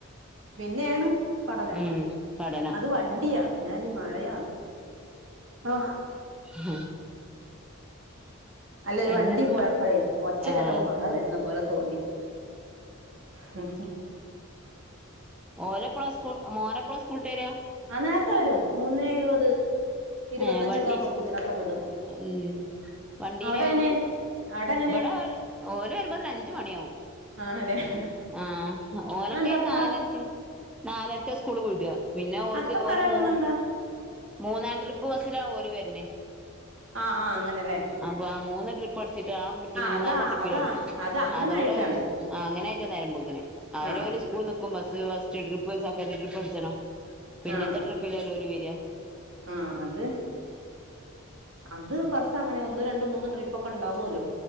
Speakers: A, on the right; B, in the centre.
A: പിന്നെണ് പഠനം
B: ഉം പഠനം
A: അത് വണ്ടിയാ. ഞാനീ മഴയാ ഹോ
B: ഹ
A: അല്ല ഒരു
B: പിന്നെ
A: വണ്ടി പോയപ്പഴേയ് ഒച്ച
B: ഏഹ്
A: കേട്ടപ്പോ മഴ വരുന്ന പോലെ തോന്നി. ഹ്‌ ഹ്‌
B: ഓലെപ്പഴാ സ്കൂ മോനപ്പഴാ സ്കൂൾട്ടെ രാ?
A: ആ നേർത്തെ വരും, മൂന്നേ ഇരുപത് ഇരുപത്തഞ്ചൊക്കെ
B: ഏഹ് വണ്ടി
A: ആവുമ്പോഴേക്കും ഇവടൊക്കെ വിടും.
B: ഉം വണ്ടീലാ
A: അവിടെ
B: വര്ന്ന്?
A: എങ്ങനെ അവിടെ എങ്ങനെ
B: ബടെ ഓല് ഓല് വരുമ്പോത്തിന് അഞ്ജ് മണിയാവും.
A: ആണല്ലേ
B: ആഹ് ഓലക്കയിന്
A: അതെന്താ അത്ര
B: നാലര്ക്കാ നാലര്ക്കാ സ്കൂള് വ്ടാ. പിന്നെ ഓൽക്ക്
A: അത്ര നേരം
B: ഓല് മൂ
A: ആകണെന്താ
B: മൂന്നാം ട്രിപ്പ് ബസ്സിലാ ഓല് വര്ന്നെ.
A: ആഹ്‌ ആഹ്‌ അങ്ങനെലേ.
B: അപ്പൊ ആഹ്‌ മൂന്ന് ട്രിപ്പ് അടിച്ചിട്ട് ആ മൂന്നാമത്തെ
A: അതാ
B: ട്രിപ്പിലാ
A: അതാ
B: ഇവര്.
A: അത് അങ്ങനെ
B: അതൊണ്ട്
A: ആയിട്ടാണ്
B: അയ്ല് ആഹ് അങ്ങനെ ആയിട്ടാ നേരം വേഗ്ഗല് അവര്
A: ആഹ്
B: ഓല് സ്കൂൾ ന്ക്കും bus first trip second trip അട്ചണം, പിന്നെത്തെ
A: ആഹ്
B: ട്രിപ്പിലല്ലേ ഓല് വര്ആ.
A: ആഹ് അത് അത് ബസ് അങ്ങനെ ഒന്ന് രണ്ടും മൂന്നും ട്രിപ്പ് ഒക്കെ ഉണ്ടാവുല്ലോ.